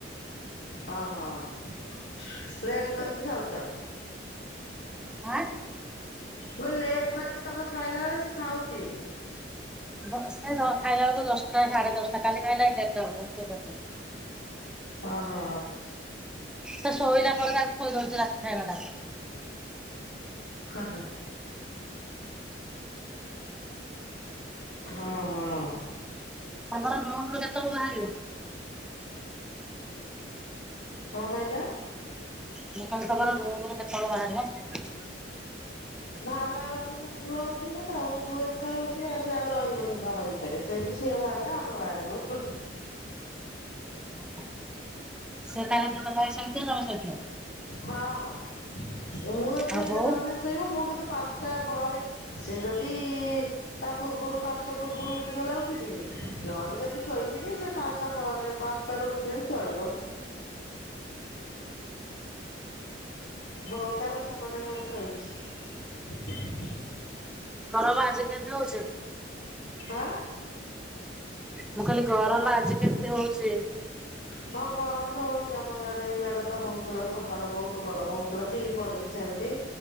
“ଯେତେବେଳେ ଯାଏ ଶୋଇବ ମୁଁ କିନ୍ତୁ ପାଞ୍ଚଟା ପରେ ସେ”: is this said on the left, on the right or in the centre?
Left